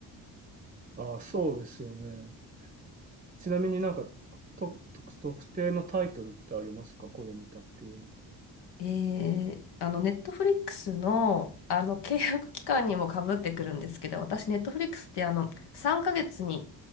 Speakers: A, on the right; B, on the left.
A: ああ、そうですよね。ちなみになんかと、と特定のタイトルってありますかこれ見たっていう
B: えー、あの、ネットフリックスの、あの、契約期間にもかぶってくるんですけど、私、ネットフリックスって、あの、3ヶ月に、